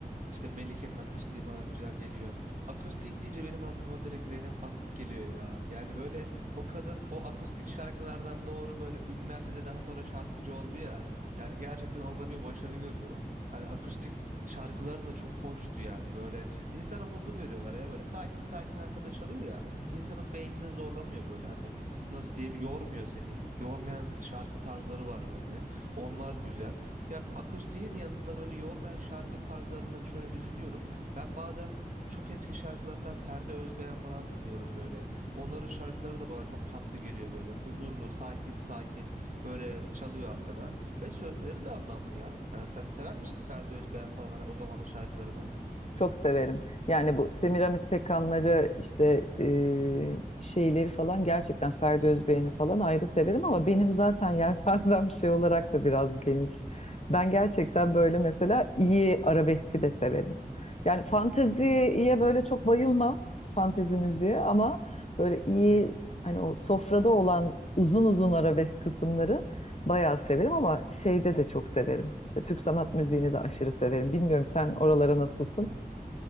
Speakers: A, on the right; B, on the left.
A: İşte Melike'nin akustiği falan güzel geliyor. Akustik deyince benim aklıma direkt Zeynep Bastık geliyor ya. Yani böyle o kadın o akustik şarkılardan doğru böyle ünlendi de daha sonra şarkıcı oldu ya. Yani gerçekten orada bir başarı görüyorum. Hani akustik şarkıları da çok hoştu yani. Böyle insana huzur veriyorlar ya böyle sakin sakin arkada çalıyor ya. İnsanın beynini zorlamıyor böyle hani nasıl diyeyim yormuyor seni. Yormayan şarkı tarzları var böyle. Onlar güzel. Ya akustiğin yanında böyle yormayan şarkı tarzlarında şöyle düşünüyorum. Ben bazen çok eski şarkılardan Ferdi Özbeğen falan dinliyorum böyle. Onların şarkıları da bana çok tatlı geliyor böyle. Huzurlu, sakin sakin böyle çalıyor arkada. Ve sözleri de anlamlı ya. Yani sen sever misin Ferdi Özbeğen falan hani o zamanın şarkılarını?
B: Çok severim. Yani bu Semiramis Pekanları işte e, şeyleri falan gerçekten Ferdi Özbeğen'i falan ayrı severim ama benim zaten <laughs> yelpazem şey olarak da biraz geniş. Ben gerçekten böyle mesela iyi arabeski de severim. Yani fanteziye böyle çok bayılmam. Fantezi müziğe ama böyle iyi hani o sofrada olan uzun uzun arabesk kısımları Bayağı severim ama şeyde de çok severim. İşte Türk sanat müziğini de aşırı severim. Bilmiyorum sen oralara nasılsın?